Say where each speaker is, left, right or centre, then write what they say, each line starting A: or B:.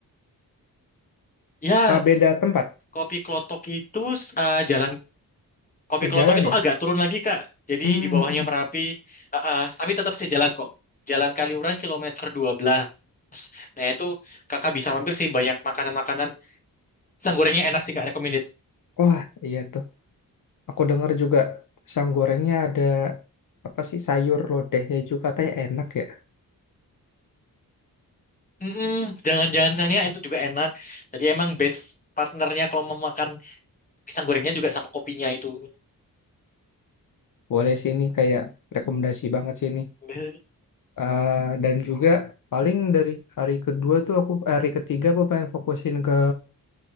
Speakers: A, on the left (about 20°); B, on the left (about 60°).
A: Ya,
B: Apa beda tempat?
A: kopi klotok itu eh, jalan Kopi
B: Sejalan
A: Klotok itu
B: ya?
A: agak turun lagi Kak. Jadi
B: Hmm.
A: di bawahnya
B: hmm, hmm.
A: Merapi, Ah, ah, tapi tetap sejalan kok. Jalan Kaliurang kilometer dua belas Nah itu kakak bisa mampir sih banyak makanan-makanan. Pisang gorengnya enak sih Kak, recommended.
B: Wah, iya tuh. Aku dengar juga pisang gorengnya ada apa sih sayur lodehnya juga katanya enak ya.
A: Mm-mm, jangan-jangannya itu juga enak. Jadi emang best partnernya kalau mau makan pisang gorengnya juga sama kopinya itu.
B: Boleh sini kayak rekomendasi banget sini.
A: <laughs>
B: Eh, dan juga paling dari hari kedua tuh aku eh, hari ketiga aku pengen fokusin ke